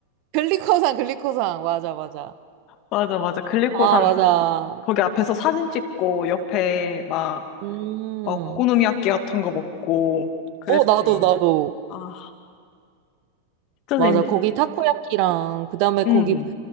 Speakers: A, on the right; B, on the left.
A: 글리코산, 글리코산. 맞아, 맞아.
B: 맞아 맞아 글리코상
A: 아, 맞아.
B: 거기 앞에서 사진 찍고 옆에 막
A: 음.
B: 막 오코노미야끼 같은 거 먹고 그랬지.
A: 어, 나도, 나도.
B: 아 진짜
A: 맞아.
B: 재밌지.
A: 거기 타코야키랑, 그 다음에 거기
B: 응,